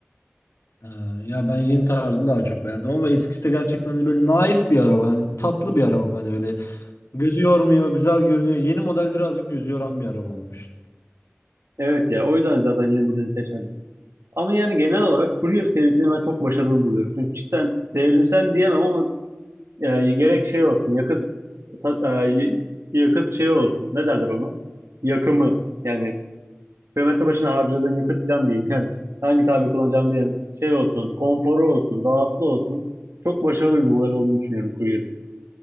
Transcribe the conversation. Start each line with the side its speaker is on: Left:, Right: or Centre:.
Left: Ha, ya ben yeni tarzını daha çok beğendim ama eskisi de gerçekten hani böyle naif bir araba. Hani tatlı bir araba. Hani öyle gözü yormuyor, güzel görünüyor. Yeni model birazcık gözü yoran bir araba olmuş.
Right: Evet ya o yüzden zaten yeni modeli seçmedim. Ama yani genel olarak Courier serisini ben çok başarılı buluyorum. Çünkü cidden devrimsel diyemem ama e, gerek şey olsun yakıt ta- e, y- yakıt şey olsun ne derler ona yakımı yani kilometre başına harcadığın yakıt falan değil <laughs> yani hangi tabi kullanacağımı bilen şey olsun konforu olsun rahatlı olsun çok başarılı bir model olduğunu düşünüyorum Courier'ın.